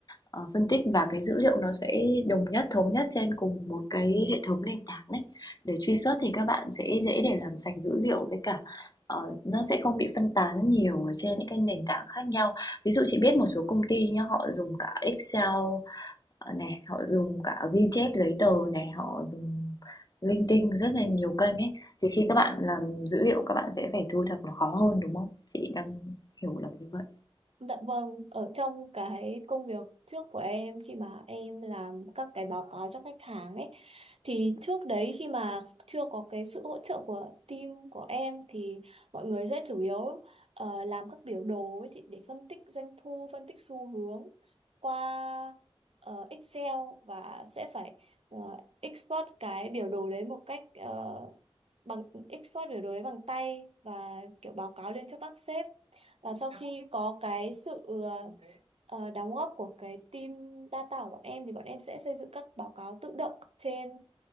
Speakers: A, on the left; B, on the right.
A: ờ, phân tích và cái dữ liệu nó sẽ đồng nhất, thống nhất trên cùng một cái hệ thống nền tảng đấy Để truy xuất
B: ừ.
A: thì các bạn sẽ dễ để làm sạch dữ liệu với cả, ờ, nó sẽ không bị phân tán nhiều ở trên những cái nền tảng khác nhau. Ví dụ chị biết một số công ty nhá, họ dùng cả Excel Ờ, này, họ dùng cả ghi chép giấy tờ này, họ dùng linh tinh rất là nhiều kênh ấy. Thì khi các bạn làm dữ liệu các bạn sẽ phải thu thập nó khó hơn đúng không? Chị đang hiểu là như vậy.
B: Dạ vâng, ở trong cái công việc trước của em khi mà em làm các cái báo cáo cho khách hàng ấy thì trước đấy khi mà chưa có cái sự hỗ trợ của team của em thì mọi người sẽ chủ yếu ờ, làm các biểu đồ ấy chị để phân tích doanh thu, phân tích xu hướng qua ờ, Excel và sẽ phải ờ, export cái biểu đồ đấy một cách ờ, bằng export biểu đồ đấy bằng tay và kiểu báo cáo lên cho các sếp và sau khi có cái sự ờ, ờ, đóng góp của cái team data của bọn em thì bọn em sẽ xây dựng các báo cáo tự động trên